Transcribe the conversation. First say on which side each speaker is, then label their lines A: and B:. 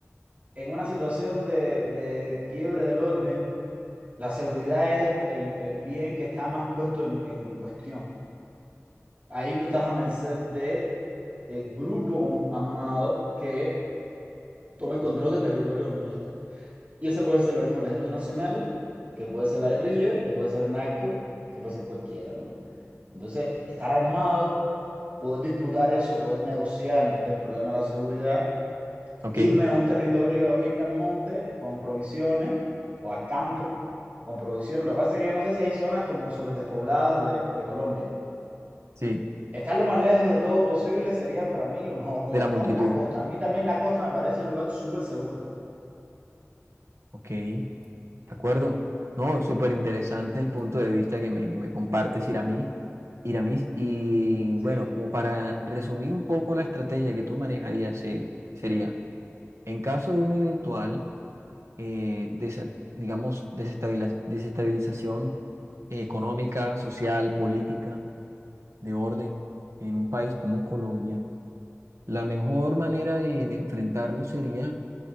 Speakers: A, on the right; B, on the right.
A: en una situación de, de quiebre del orden La seguridad es el, el- el bien que está más puesto en, en cuestión. Ahí tú estás a merced de el grupo armado que tome el control del territorio donde tú estás. Y ese puede ser lo mismo el Ejército Nacional, que puede ser la guerrilla, que puede ser el narco, que puede ser cualquiera, ¿no? Entonces, estar armado, poder disputar eso, poder negociar el problema de la seguridad
B: Ok,
A: irme a un territorio, irme al monte con provisiones o al campo con provisiones. Lo que pasa es que yo no sé si hay zonas como súper despobladas de, de Colombia.
B: sí,
A: Estar lo más lejos de todo posible sería para mí lo mejor. O
B: de
A: estar
B: la multitud.
A: en la costa. A mí también la costa me parece un lugar súper seguro.
B: Ok. ¿De acuerdo? No, súper interesante el punto de vista que me, que me compartes, Iramis. Iramis, y bueno,
A: Sí,
B: como para resumir un poco la estrategia que tú manejarías, se- sería, en caso de una eventual, eh, desa- digamos, desestabila- desestabilización económica, social, política, de orden en un país como Colombia, la mejor manera de, de enfrentarlo sería